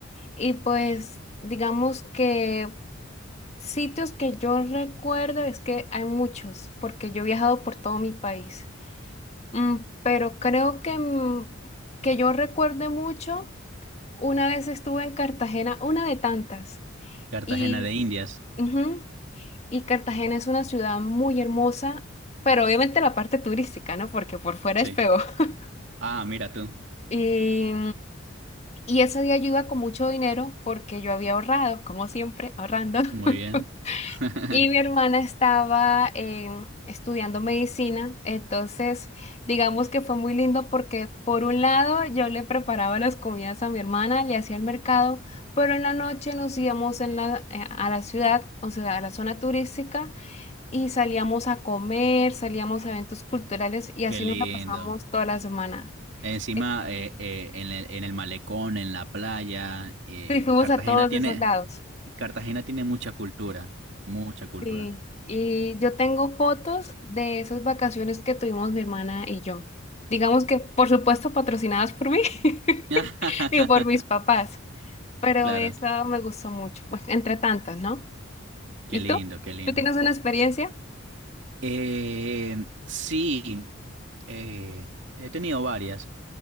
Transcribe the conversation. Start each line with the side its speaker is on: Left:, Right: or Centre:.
Left: Y pues digamos que sitios que yo recuerdo es que hay muchos, porque yo he viajado por todo mi país. Mm, pero creo que, mm, que yo recuerde mucho, una vez estuve en Cartagena, una de tantas.
Right: Cartagena
Left: Y
Right: de Indias.
Left: Ujú. Y Cartagena es una ciudad muy hermosa, pero obviamente la parte turística, ¿no? Porque por fuera
Right: Sí.
Left: es peor. <laughs>
Right: Ah, mira tú.
Left: Y, y ese día yo iba con mucho dinero porque yo había ahorrado, como siempre, ahorrando.
Right: Muy
Left: <laughs>
Right: bien. <laughs>
Left: Y mi hermana estaba em, estudiando medicina, entonces digamos que fue muy lindo porque por un lado yo le preparaba las comidas a mi hermana, le hacía el mercado, pero en la noche nos íbamos en la, eh, a la ciudad, o sea, a la zona turística y salíamos a comer, salíamos a eventos culturales y así
Right: Qué lindo.
Left: nos la pasamos toda la semana.
Right: Encima,
Left: Eh,
Right: eh, eh, en el, en el malecón, en la playa, eh,
Left: Sí, fuimos
Right: Cartagena
Left: a todos
Right: tiene,
Left: esos lados.
Right: Cartagena tiene mucha cultura, mucha cultura.
Left: Sí. Y yo tengo fotos de esas vacaciones que tuvimos mi hermana y yo. Digamos que, por supuesto, patrocinadas por mí <laughs>
Right: <laughs>
Left: y por mis papás, pero
Right: Claro,
Left: esa me gustó mucho, pues, entre tantas, ¿no?
Right: qué
Left: ¿Y
Right: lindo,
Left: tú?
Right: qué lindo.
Left: ¿Tú tienes una experiencia?
Right: Eh, sí, eh, he tenido varias.